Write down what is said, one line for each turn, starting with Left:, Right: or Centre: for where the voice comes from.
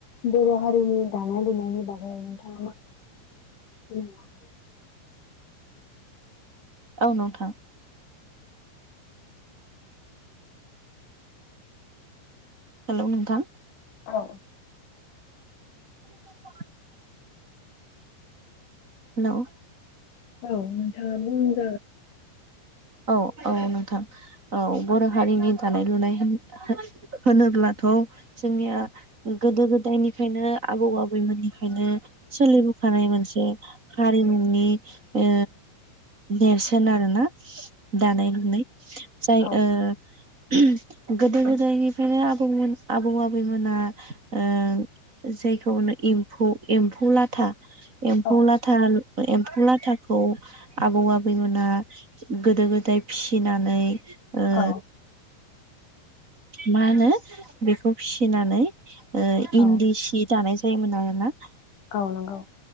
Left: बर' हारिनि दानाय लुनायनि बागै नोंथां <unintelligible>
Right: औ नोंथां हेल' नोंथां
Left: औ
Right: <inaudible> हेल'
Left: औ नोंथाङा बुंदो
Right: औ औ नोंथां औ बर' हारिनि दानाय लुनाय होन-होन-होनोब्लाथ' जोंनिया गोदो गोदायनि खायनो आबौ आबैमोननिखायनो सोलिबोखानाय मोनसे हारिमु नि ओ नेरसोन आरो ना दानाय लुनाय जाय
Left: औ
Right: ओ गोदो गोदायनिफ्रायनो आबौमोन आबौ आबैमोना ओ जायखौनो इउ खौ एम्फौ लाथा एम्फौ
Left: औ
Right: लाथा एम्फौ लाथाखौ आबौ आबैमोना गोदो गोदाय फिसिनानै ओ
Left: औ
Right: मा होनो बेखौ फिसिनानै ओ
Left: औ
Right: इन्दि सि दानाय जायोमोन आरोना <unintelligible>
Left: औ नंगौ